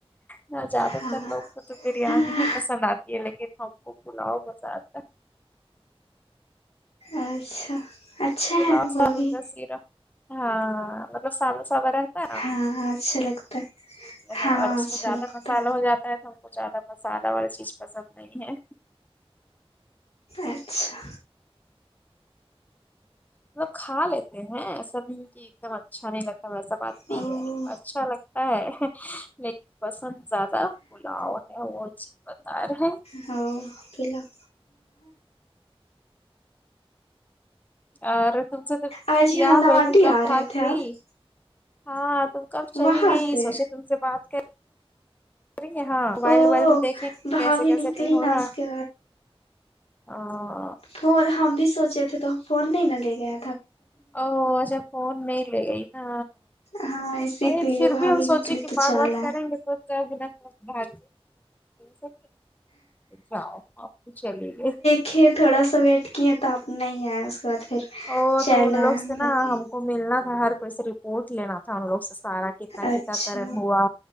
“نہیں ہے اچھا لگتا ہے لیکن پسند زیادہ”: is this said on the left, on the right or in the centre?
Left